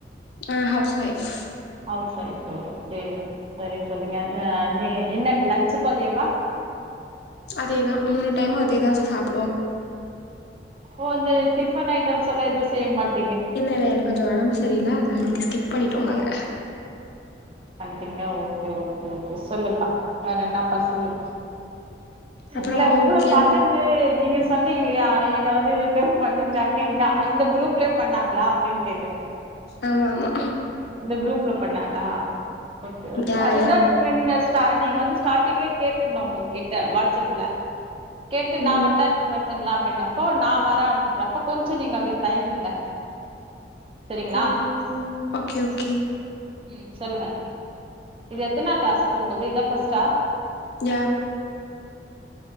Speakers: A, on the left; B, on the right.
A: ஆஹ் housewife
B: housewife okay சரி சொல்லுங்க என்ன நீ என்ன லன்ச்சு பாதியேவா
A: அதேதா மூணு டைமு அதேதா ச சாப்
B: இப்ப வந்து டிபன் ஐ டம்ஸ் எல்லா எதுவு செய்யமாட்
A: இல்ல இல்ல எனக்கு கொஞ்சோ ஒடம்பு சரி <unintelligible> கிப் பண்ணிட்டோ நாங்க
B: கேங்க ஓகே ஓகே சொல்லுப்பா வேற என்னப்பா சொல்லுப்பா
A: அப்றோ
B: இல்ல உங்குளு
A: ஓகே
B: பண்ணது நீங்க ஸ் சொன்னீங்க இல்லையா என்ன வந்து இது பேர் பண்ணிட்டாங்க இல்லயா இந்த குரூப்லயே பண்ணாங்களா அப்டின்னு கேக்குறே
A: ஆமா ஆமா
B: எந்த குரூப்ல பண்ணாங்களா ஓகே ஓகே
A: யா
B: அதுதா
A: யா
B: நீங்க நீங்க டா நீங்க வந்து ஸ்டாட்டிங்லயே கேட்ருனு அவங்க கிட்ட வாட்ஸ்அப்ல கேட்டு நா
A: ம்
B: வர்ட்டா நீங்க வ ங்களா அப்டின்னப்போ நா வரே அப்டின்றப்ப கொஞ்சோ நீங்க அப்டி தயங்குங்க சரிங்களா
A: ம் ஓகே ஓகே
B: ம் சொல்லுங்க இது எத்தனா டாஸ்க் உங்கள்க்கு இதா ஃபஸ்ட்டா
A: யா